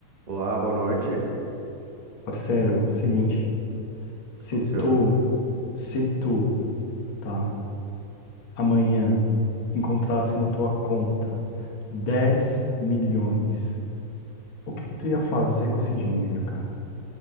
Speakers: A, on the right; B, on the left.
A: Olá, boa noite. O que
B: Parceiro, seguinte, se
A: aconteceu?
B: tu, se tu, tá, amanhã encontrasse na tua conta 10 milhões, o que que tu ia fazer com esse dinheiro, cara?